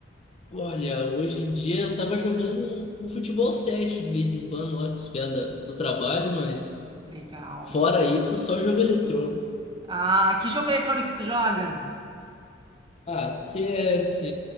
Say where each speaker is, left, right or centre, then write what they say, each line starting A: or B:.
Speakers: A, on the left; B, on the right.
A: Olha, hoje em dia eu tava jogando um, um futebol 7 de vez em quando lá com os pés da- do trabalho, mas
B: Legal.
A: fora isso, só jogo eletrônico.
B: Ah, que jogo eletrônico que tu joga?
A: Ah, CS,